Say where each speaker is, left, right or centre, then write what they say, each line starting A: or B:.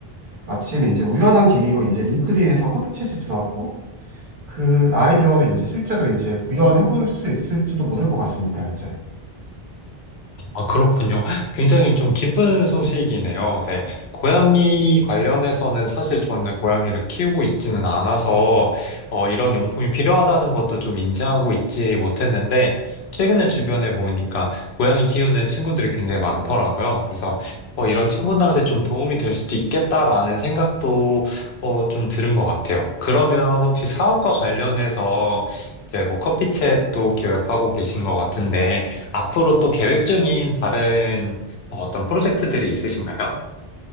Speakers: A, on the right; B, on the left.
A: 마침 이제 우연한 계기로 이제 링크드인에서 커피 챗이 들어왔고 그 아이디어를 이제 실제로 이제 구현해 볼 수 있을지도 모를 것 같습니다, 이제.
B: 아, 그렇군요. 굉장히 좀 기쁜 소식이네요. 네. 고양이 관련해서는 사실 저는 고양이를 키우고 있지는 않아서, 어, 이런 용품이 필요하다는 것도 좀 인지하고 있지 못했는데, 최근에 주변에 보니까 고양이 키우는 친구들이 굉장히 많더라고요. 그래서, 어, 이런 친구들한테 좀 도움이 될 수도 있겠다라는 생각도, 어, 좀 들은 것 같아요. 그러면 혹시 사업과 관련해서 이제 뭐 커피챗도 계획하고 계신 것 같은데, 앞으로 또 계획 중인 다른 어, 어떤 프로젝트들이 있으신가요?